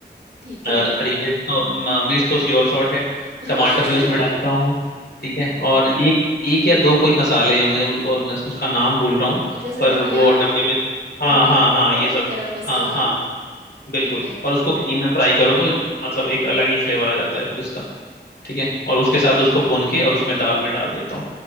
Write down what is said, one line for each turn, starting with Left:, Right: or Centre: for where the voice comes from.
Right: ठीक
Left: और
Right: है
Left: हरी मिर्च तो म- मिर्च तो श्योर शॉट है
Right: हाँ
Left: टमाटर
Right: <laughs>
Left: भी उसमें डालता हूँ ठीक है और एक एक या दो कोई मसाले हैं मैं और मैं उसका नाम भूल रहा हूँ
Right: जैसे
Left: पर
Right: धनिया
Left: वो डब्बे में हाँ
Right: धनिया
Left: हाँ
Right: पाउडर
Left: हाँ ये सब
Right: गरम मसाला
Left: हाँ हाँ बिल्कुल
Right: ठीक है
Left: और उसको घी में फ्राई करो तो मतलब एक अलग ही फ्लेवर आ जाता है फिर उसका ठीक है और उसके साथ उसको भून के और उसमें दाल में डाल देता हूँ